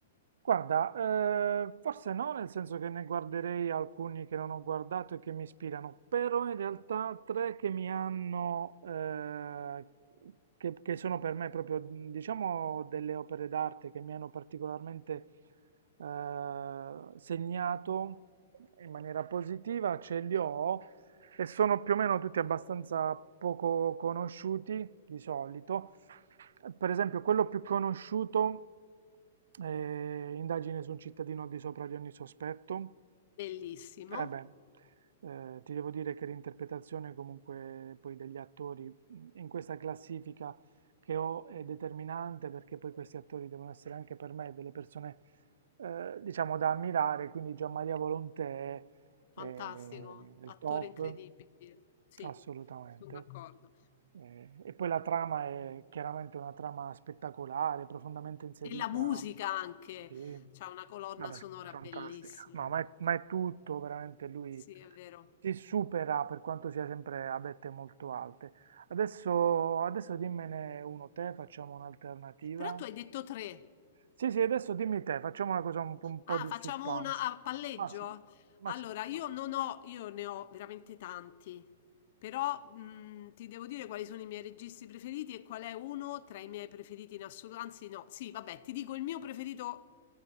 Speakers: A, on the right; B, on the left.
A: Guarda, eh, forse no, nel senso che ne guarderei alcuni che non ho guardato e che mi ispirano, però in realtà tre che mi hanno, eh, che, che sono per me proprio, mm, diciamo, delle opere d'arte che mi hanno particolarmente eh, segnato in maniera positiva, ce li ho. E sono più o meno tutti abbastanza poco conosciuti di solito. Per esempio, quello più conosciuto eh, indagine su un cittadino al di sopra di ogni sospetto.
B: Bellissimo.
A: Eh beh, eh, ti devo dire che l'interpretazione comunque poi degli attori mh, in questa classifica che ho è determinante perché poi questi attori devono essere anche per me delle persone eh, diciamo da ammirare, quindi Gianmaria Volontè
B: Fantastico,
A: eh, è eh,
B: attore
A: il top.
B: incredibile. Sì,
A: Assolutamente.
B: son d'accordo.
A: Eh, e poi la trama è chiaramente una trama spettacolare, profondamente inserita.
B: E la musica anche,
A: Sì,
B: c'ha una colonna
A: vabbè,
B: sonora
A: fantastica.
B: bellissima
A: No,
B: quel
A: ma è, ma
B: film.
A: è tutto, veramente lui
B: Sì, è vero.
A: si supera per quanto sia sempre a vette molto alte. Adesso, adesso dimmene uno te, facciamo un'alternativa.
B: Però tu hai detto 3.
A: Sì, sì, adesso dimmi te, facciamo una cosa un, po' un po'
B: Ah,
A: di
B: facciamo
A: suspense.
B: una a palleggio?
A: Ma sì, ma
B: Allora,
A: sì,
B: io non ho, io ne ho veramente tanti, però mh, ti devo dire quali sono i miei registi preferiti e qual è uno tra i miei preferiti in assoluto. Anzi, no, sì, vabbè, ti dico il mio preferito